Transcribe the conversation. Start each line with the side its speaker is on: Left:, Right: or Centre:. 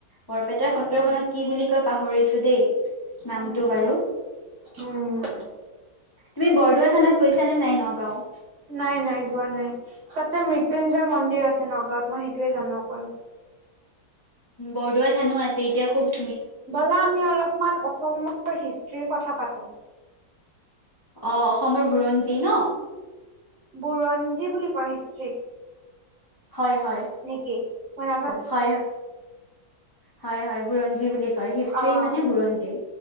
Left: বৰপেটা
Right: উম,
Left: সত্ৰখনক কি বুলি কয় পাহৰিছো দেই নামটো
Right: উম,
Left: বাৰু
Right: উম
Left: তুমি বৰদোৱা থানাত গৈছা নে নাই নগাঁও
Right: নাই নাই যোৱা নাই তাতে মৃত্যুঞ্জয় মন্দিৰ আছে নগাঁৱত মই সেইটোয়ে জানো অকল
Left: বৰদোৱা থানো আছে এতিয়া খুৱ
Right: ব'লা আমি অলপমান অসমৰ হিষ্ট্ৰীৰ কথা পাতো
Left: অ অসমৰ বুৰঞ্জী ন
Right: বুৰঞ্জী বুলি কয় হিষ্ট্ৰীক
Left: হয় হয়
Right: নেকি মই নাজানো
Left: হয় হয় হয় বুৰঞ্জী বুলি হয় হিষ্ট্ৰি
Right: অ'।
Left: মানে বুৰঞ্জী